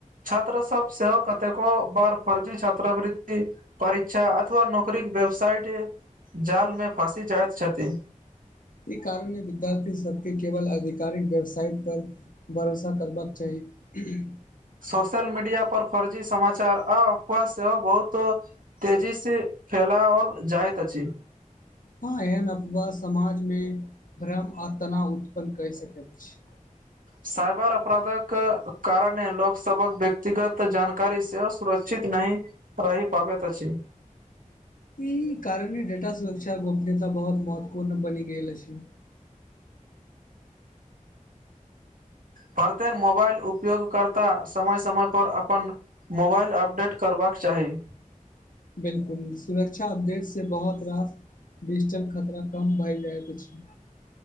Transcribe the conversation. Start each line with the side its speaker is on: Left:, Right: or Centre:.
Right: छात्र सब सेहो कतेको बार फर्जी छात्रवृति परीक्षा अथवा नौकरी के वेबसाइट जाल मे फँसी जाइत छथि
Left: ई कारणे विद्यार्थी सबके केवल आधिकारिक वेबसाइट पर भरोसा करबाके चाही
Right: सोशल मीडिया पर फर्जी समाचार आ अफवाह सेहो बहुत तेजीसे फैलाओल जाइत अछि
Left: हँ एहन अफवाह समाजमे भ्रम आ तनाव उत्पन्न कय सकैत छै
Right: साइबर अपराधक कारणे लोकसभक व्यक्तिगत जानकारी सेहो सुरक्षित नहि रहि पाबैत अछि
Left: ई कारणे डेटा सुरक्षा गोपनीयता बहुत महत्वपूर्ण बनि गेल अछि
Right: प्रत्येक मोबाइल उपयोगकर्ता समय समय पर अपन मोबाइल अपडेट करबाक चाही
Left: बिल्कुल सुरक्षा अपडेटसे बहुत रास डिजिटल खतरा कम भए जाइत अछि